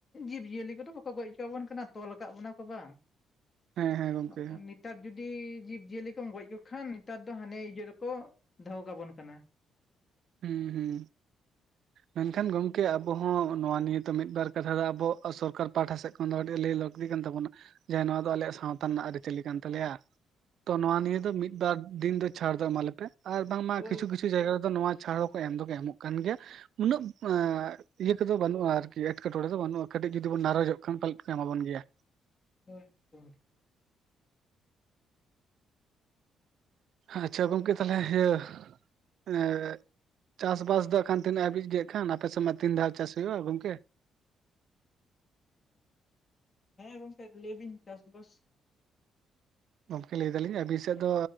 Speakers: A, on the left (about 35°); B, on the right (about 70°).
A: ᱡᱤᱵᱽᱼᱡᱤᱭᱟᱹᱞᱤ ᱠᱚᱫᱚ ᱵᱟᱠᱚ ᱜᱚᱭᱡ ᱦᱚᱪᱚᱣᱟᱵᱚᱱ ᱠᱟᱱᱟ᱾ ᱛᱚᱞ ᱟᱠᱟᱫ ᱵᱚᱱᱟ ᱠᱚ ᱵᱟᱝ᱾
B: ᱦᱮᱸ ᱦᱮᱸ ᱜᱚᱝᱠᱮ
A: ᱵᱟᱠᱟᱱ ᱱᱮᱛᱟᱨ ᱡᱩᱫᱤ ᱫᱤ ᱡᱤᱵᱽ ᱡᱤᱭᱟᱹᱞᱤ ᱠᱚᱢ ᱜᱚᱭᱡ ᱠᱚ ᱠᱷᱟᱱ ᱱᱮᱛᱟᱨ ᱫᱚ ᱦᱟᱱᱮ ᱤᱭᱟᱹ ᱨᱮᱠᱚ ᱫᱚᱦᱚ ᱠᱟᱵᱚᱱ ᱠᱟᱱᱟ᱾
B: ᱦᱩᱸ ᱦᱩᱸ, ᱢᱮᱱᱠᱷᱟᱱ ᱜᱚᱝᱠᱮ ᱟᱵᱚ ᱦᱚᱸ ᱱᱚᱣᱟ ᱱᱤᱭᱟᱹ ᱛᱚ ᱢᱤᱫ ᱵᱟᱨ ᱠᱟᱛᱷᱟ ᱫᱚ ᱟᱵᱚ ᱥᱚᱨᱠᱟᱨ ᱯᱟᱦᱥᱴᱟ ᱥᱮᱜ, ᱠᱷᱚᱱ ᱫᱚ ᱟᱹᱰᱤ ᱞᱟᱹᱭ ᱞᱟᱹᱠᱛᱤ ᱠᱟᱱ ᱛᱟᱵᱚᱱᱟ᱾ ᱡᱮ ᱱᱚᱣᱟ ᱫᱚ ᱟᱞᱮᱭᱟᱜ ᱥᱟᱶᱛᱟ ᱨᱮᱱᱟᱜ ᱟᱹᱨᱤᱪᱟᱹᱞᱤ ᱠᱟᱱ ᱛᱟᱞᱮᱭᱟ᱾ ᱛᱚ ᱱᱚᱣᱟ ᱱᱤᱭᱟᱹ ᱫᱚ ᱢᱤᱫ ᱵᱟᱨ ᱫᱤᱱ ᱫᱚ ᱪᱷᱟᱲ ᱫᱚ ᱮᱢᱟᱞᱮᱯᱮ᱾ ᱟᱨ ᱵᱟᱝᱢᱟ
A: ᱦᱳᱭ
B: ᱠᱤᱪᱷᱩ ᱠᱤᱪᱷᱩ ᱡᱟᱭᱜᱟ ᱨᱮᱫᱚ ᱱᱚᱣᱟ, ᱪᱷᱟᱲ ᱦᱚᱸᱠᱚ ᱮᱢ ᱫᱚᱠᱚ ᱮᱢᱚᱜ ᱠᱟᱱ ᱜᱮᱭᱟ᱾ ᱩᱱᱟᱹᱜ ᱮᱻ ᱤᱭᱟᱹ ᱠᱚᱫᱚ ᱵᱟᱱᱩᱜᱼᱟ ᱟᱨᱠᱤ ᱮᱴᱠᱮᱴᱚᱬᱮ ᱫᱚ ᱵᱟᱹᱱᱩᱜᱼᱟ᱾ ᱠᱟᱹᱴᱤᱜ ᱡᱩᱫᱤ ᱵᱚᱱ ᱱᱟᱨᱚᱡᱚᱜ ᱠᱷᱟᱱ ᱯᱟᱞ ᱠᱚ ᱮᱢᱟᱵᱚᱱ ᱜᱮᱭᱟ᱾
A: ᱦᱮᱸ ᱜᱚᱝᱠᱮ᱾
B: ᱟᱪᱪᱷᱟ ᱜᱚᱝᱠᱮ ᱛᱟᱦᱚᱞᱮ ᱤᱭᱟᱹ ᱮ, ᱪᱟᱥᱵᱟᱥ ᱫᱚ ᱟᱠᱷᱟᱱ ᱛᱤᱱᱟᱹᱜ ᱦᱟᱹᱵᱤᱡ ᱜᱮ ᱟᱠᱷᱟᱱ ᱟᱯᱮ ᱥᱮᱱ ᱢᱟ ᱛᱤᱱ ᱫᱷᱟᱣ ᱪᱟᱥ ᱦᱩᱭᱩᱜᱼᱟ ᱜᱚᱝᱠᱮ᱾
A: ᱦᱮᱸ ᱜᱚᱝᱠᱮ ᱞᱟᱹᱭ ᱵᱤᱱ ᱪᱟᱥᱵᱟᱥ
B: ᱜᱚᱝᱠᱮ ᱞᱟᱹᱭ ᱫᱟᱞᱤᱧ ᱟᱵᱤᱱ ᱥᱮᱫ ᱫᱚ